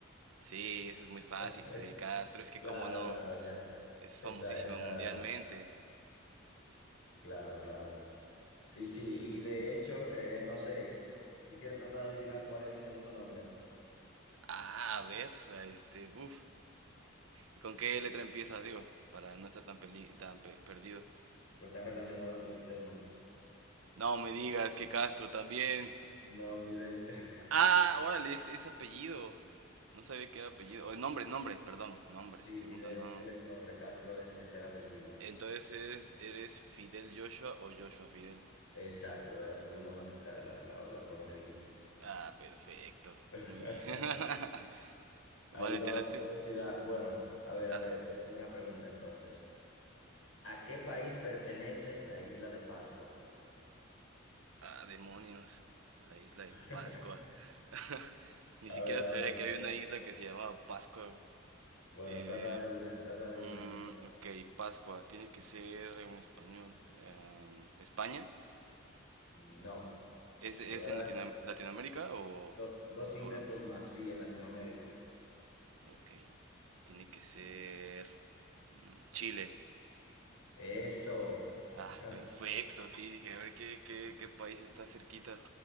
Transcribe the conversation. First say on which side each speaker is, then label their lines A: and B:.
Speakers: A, on the right; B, on the left.
A: Sí, eso es muy fácil,
B: <laughs>
A: Fidel Castro. Es que
B: Claro,
A: cómo no,
B: claro, ya.
A: es famosísimo
B: Esa, esa,
A: mundialmente.
B: claro, claro. Sí, sí, y de hecho, eh, eh, no sé, ¿tú quieres tratar de adivinar cuál es mi segundo nombre?
A: Ah, a ver, este, uff. ¿Y con qué letra empieza, digo? Para no estar tan, peli- tan pe- perdido.
B: Pues está relacionado con el tema.
A: No me digas que Castro también.
B: No, Fidel. <laughs>
A: Ah, órale, es, es apellido. No sabía que era apellido. O nombre, nombre, perdón, nombre,
B: Sí,
A: segundo
B: Fidel,
A: nombre.
B: Fidel es nombre, Castro es es el apellido.
A: Entonces, ¿eres Fidel Joshua o Joshua Fidel?
B: Exacto, de la segunda manera, la, la- la otra forma que dijiste.
A: Ah, perfecto.
B: <laughs>
A: Muy bien. <laughs> Vale,
B: Ahí va
A: te late.
B: la curiosidad. Bueno, a ver,
A: Ajá.
B: a ver, voy con una pregunta entonces. ¿A qué país pertenece la isla de Pascua?
A: Ah, demonios. La isla
B: <laughs>
A: de Pascua. <laughs> Ni
B: A
A: siquiera
B: ver, a
A: sabía
B: ver.
A: que había una isla que se llamaba Pascua. güey.
B: Bueno,
A: Eh,
B: trata de adivinar, trata de adivinar.
A: mm, ok, Pascua. Tiene que ser en español. em, ¿España?
B: No.
A: ¿Es, es
B: Te voy a
A: en
B: dar
A: Latinoam- Latinoamérica o
B: do- dos intentos
A: Europa?
B: más, sí, en Latinoamérica.
A: Ok. Tiene que ser mm, Chile.
B: Eso. <laughs>
A: Ah, perfecto, sí, dije, a ver qué, qué, qué país está cerquita